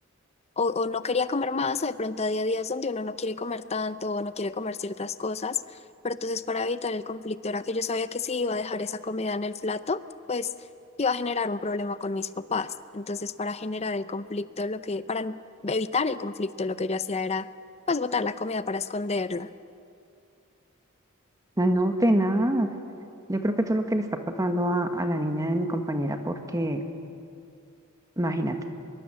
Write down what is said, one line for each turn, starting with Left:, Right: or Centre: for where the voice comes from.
Left: o, o no quería comer más, o de pronto a día hay días donde uno no quiere comer tanto o no quiere comer ciertas cosas, pero entonces para evitar el conflicto era que yo sabía que si iba a dejar esa comida en el plato, pues iba a generar un problema con mis papás. Entonces para generar el conflicto, lo que, para evitar el conflicto, lo que yo hacía era pues botar la comida para esconderla.
Right: Ay, No, tenaz. Yo creo que eso es lo que le está pasando a, a la niña de mi compañera, porque imagínate,